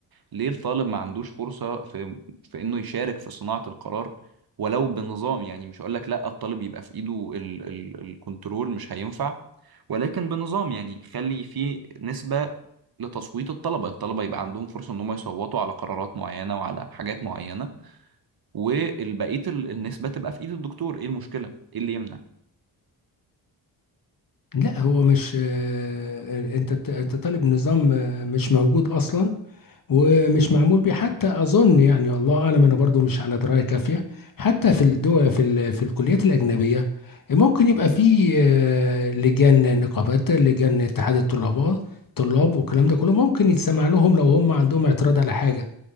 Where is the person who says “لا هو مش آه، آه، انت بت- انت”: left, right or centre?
Left